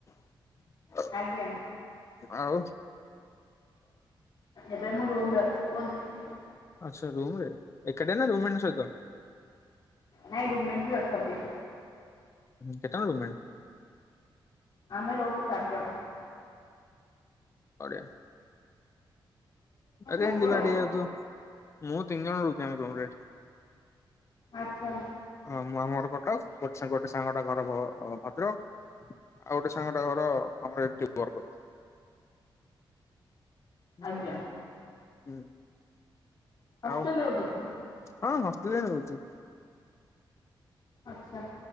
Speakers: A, on the left; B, on the left.
A: <unintelligible>
B: ଆଜ୍ଞା
A: ଆଉ।
B: ଏବେ ମୁଁ ରୁମରେ ଅଛି କୁହନ୍ତୁ।
A: ଆଛା ରୁମରେ ଏକାଟିଆ ନା ରୁମମେଣ୍ଟ ସହିତ।
B: ନାଇଁ ରୁମମେଣ୍ଟ ବି ଅଛନ୍ତି।
A: କେତେ ଜଣ ରୁମମେଣ୍ଟ?
B: ଆମେ ରହୁଛୁ ଚାରି ଜଣ।
A: ବଢିଆ। ରେଣ୍ଟ
B: ଆପଣ
A: ଡେଭିଡ ହୋଇଯାଉଥିବା ମୁଁ ତିିନି ଜଣ ରୋହୁଚୁ ଆମେ ରମରେ।
B: ଆଚ୍ଛା।
A: ଅ ମୁଁ ଆମର କଟକ ଗୋଟେ ଗୋଟେ ସାଙ୍ଗଟା ଘର ଭଦ୍ରକ। ଆଉ ଗୋଟେ ସାଙ୍ଗଟା ଘର ଆମର ଏଠି ବରଗ <unintelligible>
B: ଆଜ୍ଞା
A: ହୁଁ।
B: ହଷ୍ଟେଲରେ
A: ଆଉ
B: ରହୁଛନ୍ତି।
A: ହଁ ହଷ୍ଟେଲରେ ରଉଛି।
B: ଆଚ୍ଛା।